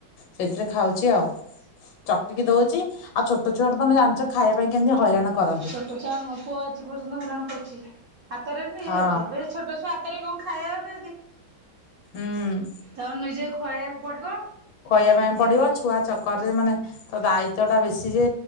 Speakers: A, on the left; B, on the right.
A: ସେଇଥିରେ ଖାଉଚି ଆଉ। ଚକଟିକି ଦଉଚି ଆଉ ଛୋଟ ଛୁଆ ତ ତମେ ଜାଣିଚ ଖାଇବା ପାଇଁ କେମିତି ହଇରାଣ କରନ୍ତି।
B: ଛୋଟ ଛୁଆ ମୋ ପୁଅ ଆଜି ପର୍ଯ୍ୟନ୍ତ ହଇରାଣ କରୁଚି। ହାତରେ ନିହାତି
A: ହଁ
B: ଏବେ ଛୋଟ ଛୁଆ ହାତରେ କଣ ଖାଇବା। <unintelligible>
A: ହୁଁ
B: ତାକୁ ନିଜେ ଖୁଆଇବାକୁ ପଡିବ।
A: ଖୁଆଇବା ପାଇଁ ପଡିବ, ଛୁଆ ଚକରରେ ମାନେ ତ ଦାୟିତ୍ଵ ଟା ବେଶୀ ଯେ,